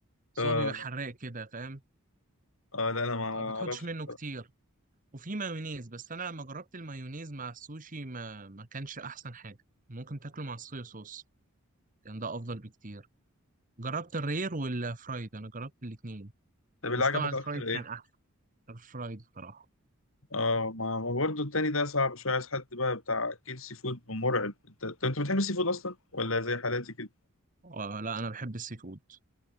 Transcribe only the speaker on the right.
بس
هو بيبقى حراق كده فاهم
ما بتحطش
منه
كتير وفي مايونيز بس انا لما جربت المايونيز مع السوشي ما ما كانش احسن حاجه ممكن تاكله مع الصويا صوص كان ده افضل بكتير جربت الرير والفرايد انا جربت الاتنين
بس
طبعا الفرايد
كان
احسن الفرايد بصراحه
آه لا انا بحب السي فود